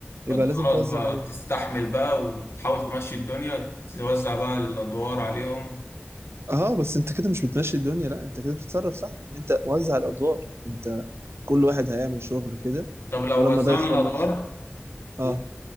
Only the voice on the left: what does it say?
فأنت
خلاص
بقى
تستحمل بقى وتحاول تمشي الدنيا توزع بقى الأدوار عليهم
طب لو
وزعنا
الأدوار
و-